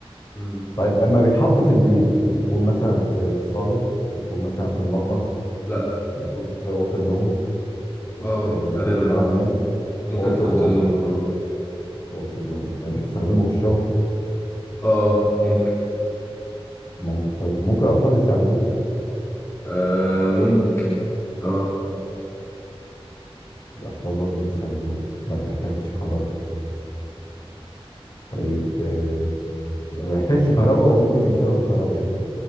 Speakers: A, on the left; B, on the left.
A: مم.
B: طيب اما بيتحط في البيت بيكون مثلا في في الصالة بيكون مثلا في المطبخ
A: لا
B: بيكون في أوضة النوم
A: اه
B: آه، بيكون
A: غالبا
B: في الحمام
A: اه ممكن
B: في أوضة
A: في اوضه
B: النوم
A: النوم اه
B: في أوضة النوم آه، بتستخدمه في الشغل
A: اه ممكن
B: ممكن ممكن الأطفال يستعملوه
A: آه ممكن اه
B: الأطفال برضو بيستعملوه ما بيحتاجش كهرباء طيب آه، ما بيحتاجش كهرباء وممكن يشتغل بالكهرباء يعني